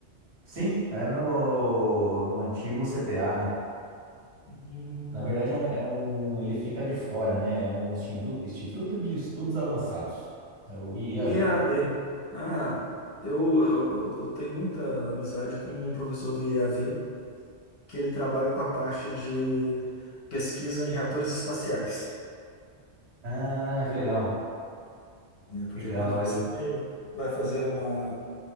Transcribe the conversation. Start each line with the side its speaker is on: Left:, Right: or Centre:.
Right: Sim, é no, no antigo CTA, né?
Left: Hum,
Right: Na verdade, é um, é um, ele fica de fora, né? É um Instituto, Instituto de Estudos Avançados. É o IEAV.
Left: o IAV. Ah, eu, eu, eu eu tenho muita amizade com um professor do IAV que ele trabalha com a parte de pesquisa em reatores espaciais,
Right: Ah, que legal.
Left: né? Porque
Right: Legal.
Left: quando você
Right: ele-
Left: vai fazer uma